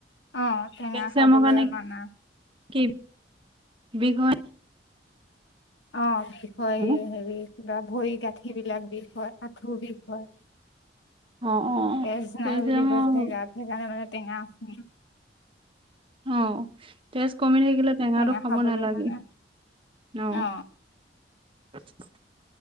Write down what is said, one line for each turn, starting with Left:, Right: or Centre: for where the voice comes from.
Left: অ টেঙা
Right: কেলচিয়ামৰ
Left: খাবলে
Right: কাৰণে
Left: মানা,
Right: কি বিঘ হয়
Left: অ বিষ হয়
Right: অ
Left: হেৰি কিবা ভৰি গাঁঠি বিলাক বিষহয়। আঠোৰ বিষ হয়।
Right: অ অ
Left: তেজ
Right: কেলচিয়ামৰ
Left: নাই বুলি কৈছে গাত সেইকাৰণে মানে টেঙা আছে
Right: অ তেজ কমি থাকিলে টেঙাটো
Left: টেঙা
Right: খাব
Left: খাবলৈ
Right: নালাগে
Left: মানে
Right: অহ
Left: অ
Right: <unintelligible>